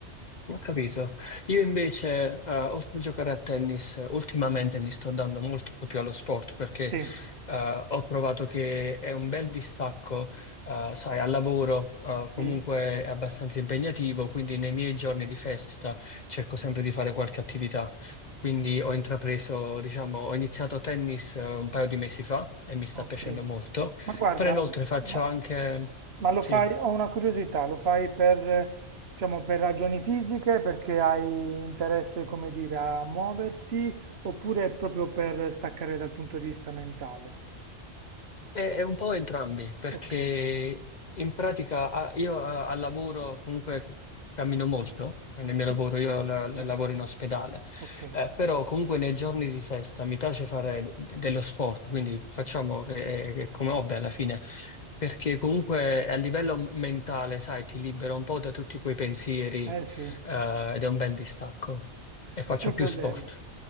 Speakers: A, on the left; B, on the right.
A: Ho capito. Io invece, eh, oltre a giocare a tennis, eh, ultimamente mi sto dando molto più allo sport perché
B: Sì,
A: eh, ho trovato che è un bel distacco, eh, sai, al lavoro, eh,
B: sì,
A: comunque è abbastanza impegnativo, quindi nei miei giorni di festa cerco sempre di fare qualche attività. Quindi ho intrapreso, diciamo, ho iniziato tennis eh, un paio di mesi fa e mi sta
B: ok.
A: piacendo molto,
B: Ma guarda,
A: però inoltre faccio
B: ma...
A: anche...
B: Ma lo
A: Sì.
B: fai, ho una curiosità, lo fai per, eh, diciamo, per ragioni fisiche, perché hai interesse, come dire, a muoverti, oppure proprio per staccare dal punto di vista mentale?
A: È, è un po' entrambi, perché
B: Ok,
A: in pratica ah, io ah, al lavoro comunque cammino molto, nel mio
B: sì,
A: lavoro io la- la-
B: sì,
A: lavoro in ospedale,
B: ok.
A: eh, però comunque nei giorni di festa mi piace fare de- dello sport, quindi facciamo che- eh, che- come hobby alla fine, perché comunque a livello m- mentale, sai, ti libera un po' da tutti quei pensieri,
B: Eh sì.
A: eh, ed è un bel distacco e faccio
B: È proprio
A: più sport.
B: vero.